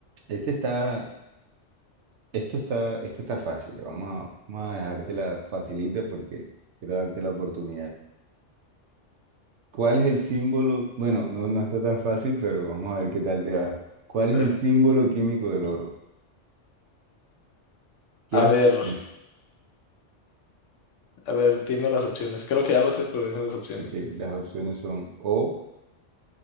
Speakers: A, on the right; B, on the left.
A: Este está, esto está, este está fácil. Vamos a, vamos a dejártela facilita porque quiero darte la oportunidad. ¿Cuál es el símbolo? Bueno, no, no está tan fácil, pero vamos a ver qué tal te va. ¿Cuál es
B: Eh,
A: el símbolo químico del oro? ¿Quieres
B: A ver,
A: opciones?
B: a ver, dime las opciones. Creo que ya lo sé, pero dime las opciones.
A: Ok, las opciones son O,